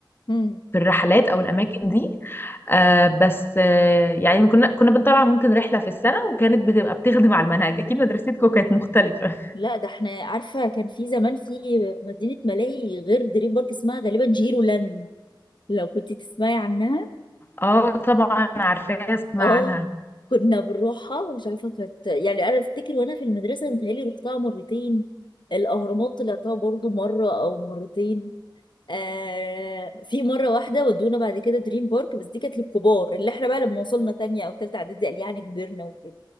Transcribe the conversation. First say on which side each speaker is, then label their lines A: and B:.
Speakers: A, on the left; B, on the left.
A: امم
B: في الرحلات أو الأماكن دي آه بس آه يعني كنا كنا بنطلع ممكن رحلة في السنة وكانت بتبقى بتخدم على المنهج أكيد مدرستكم كانت مختلفة
A: لا ده احنا عارفه كان في زمان في مدينه ملاهي غير دريم بارك اسمها غالبا جيرو لاند لو كنت تسمعي عنها
B: اه طبعا عارفاها اسمع
A: اه
B: عنها
A: كنا بنروحها مش عارفه كانت يعني انا افتكر وانا في المدرسه متهيألي رحتها مرتين الاهرامات طلعتها برضو مره او مرتين آه في مره واحده ودونا بعد كده دريم بارك بس دي كانت للكبار اللي احنا بقى لما وصلنا تانية او تالتة اعدادي قال يعني كبرنا وكده